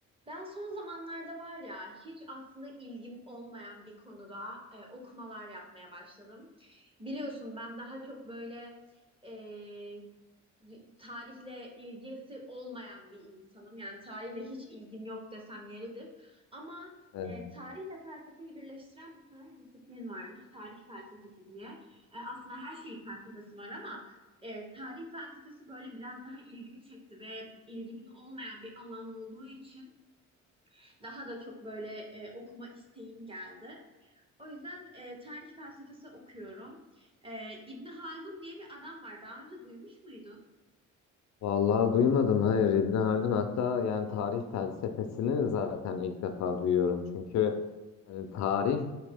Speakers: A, on the right (about 20°); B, on the left (about 65°).
A: Ben son zamanlarda var ya hiç aslında ilgim olmayan bir konuda e, okumalar yapmaya başladım. Biliyorsun ben daha çok böyle e, tarihle ilgisi olmayan bir insanım. Yani tarihle hiç ilgim yok desem yeridir. Ama
B: Evet.
A: e, tarihle felsefeyi birleştiren bir tane disiplin varmış. Tarih felsefesi diye. E, aslında her şeyin felsefesi var ama e, tarih felsefesi böyle biraz daha ilgimi çekti ve ilgimin olmayan bir alan olduğu için daha da çok böyle e, okuma isteğim geldi. O yüzden e, tarih felsefesi okuyorum. E, İbni Haldun diye bir adam var. Daha önce duymuş muydun?
B: Vallahi duymadım hayır İbni Haldun hatta yani tarih felsefesini zaten ilk defa duyuyorum çünkü hani tarih